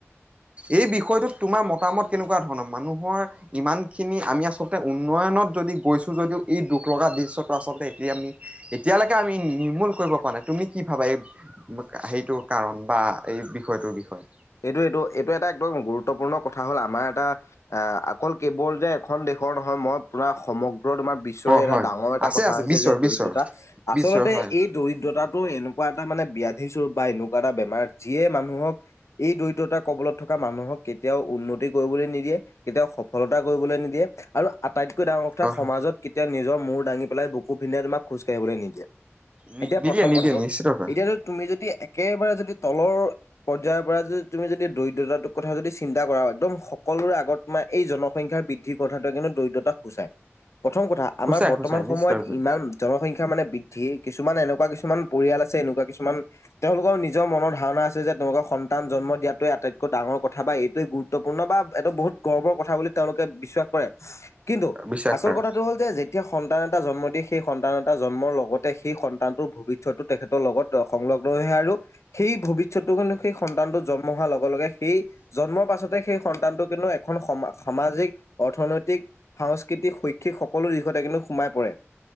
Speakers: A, on the right; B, on the left.
A: এই বিষয়টোত তোমাৰ মতামত কেনেকুৱা ধৰণৰ মানুহৰ ইমান খিনি আমি আচলতে উন্নয়নত যদি গৈছো, যদিও এই দুখ লগা দৃশ্যটো আচলতে এতিয়া আমি এতিয়ালৈকে আমি নিৰ্মূল কৰিব পৰা নাই। তুমি কি ভাৱা? এই সেইটো কাৰণ বা এই বিষয়টোৰ বিষয়।
B: এইটো- এইটো- এইটো এটা একদম গুৰুত্বপূৰ্ণ কথা হ'ল, আমাৰ এটা আহ, অকল কেৱল যে এখন দেশৰ নহয়, মই পুৰা সমগ্ৰ তোমাৰ বিশ্ব বিশ্বৰে
A: অ
B: এটা
A: হয়
B: ডাঙৰ এটা
A: আছে
B: কথা
A: আছে
B: হৈছে
A: বিশ্বৰ
B: যে দৰিদ্ৰতা।
A: বিশ্বৰ
B: আচলতে
A: বিশ্বৰ হয়
B: এই দৰিদ্ৰতাটো এনে এটা মানে ব্যাধি স্বৰূপ বা এনেকুৱা এটা বেমাৰ, যিয়ে মানুহক এই দৰিদ্ৰতাৰ কবলত থকা মানুহক কেতিয়াও উন্নতি কৰিবলৈ নিদিয়ে। কেতিয়াও সফলতা কৰিবলৈ নিদিয়ে, আৰু আটাইতকৈ ডাঙৰ কথা
A: হয়
B: সমাজত
A: হয়
B: কেতিয়া নিজৰ মূৰ দাঙি পেলাই, বুকু পিন্ধাই পেলাই তোমাক খোজ কাঢ়িবলৈ নিদিয়ে।
A: নি
B: এতিয়া
A: নিদিয়ে
B: প্ৰথম
A: নিদিয়ে
B: কথাটো,
A: নিশ্চিত ৰূপে
B: এতিয়া তুমি যদি একেবাৰে যদি তলৰ পৰ্য্যায়ৰ তুমি যদি দৰিদ্ৰতাটোৰ কথা যদি চিন্তা কৰা একদম সকলোৰে আগত মই এই জনসংখ্যা বৃদ্ধি কথাটো কিন্তু দৰিদ্ৰতাক সূচাই, প্ৰথম কথা
A: সূচাই
B: আমাৰ বৰ্তমান
A: সূচাই নিশ্চিত
B: সময়ত
A: ৰূপে
B: ইমান জনসংখ্যা মানে বৃদ্ধি কিছুমান এনেকুৱা কিছুমান পৰিয়াল আছে এনেকুৱা কিছুমান তেওঁলোকৰ নিজৰ মনৰ ধাৰণা আছে যে তেওঁলোকৰ সন সন্তান জন্ম দিয়াটোৱ আটতকৈ ডাঙৰ কথা বা এইটোৱেই গুৰুত্বপূৰ্ণ বা এইটো বহুত গৰ্বৰ কথা বুলি তেওঁলোকে বিশ্বাস কৰে।
A: <inaudible>
B: কিন্তু,
A: বিশ্বাস
B: আচল
A: কৰে
B: কথা টো হ'ল যেতিয়া সন্তান এটা জন্ম দি সেই সন্তান এটা জন্মৰ লগতে সেই সন্তানটোৰ ভৱিষ্যটো তেখেতৰ লগত সংলগ্ন হৈ আহে আৰু সেই ভৱিষ্যত কাৰণে সেই সন্তানটো জন্ম হোৱাৰ লগে, লগে সেই জন্মৰ পাছতে সেই সন্তানটো কিন্তু এখন সম সামাজিক, অৰ্থনৈতিক সাংস্কৃতিক, শৈক্ষিক সকলো দিশতে কিন্তু সোমাই পৰে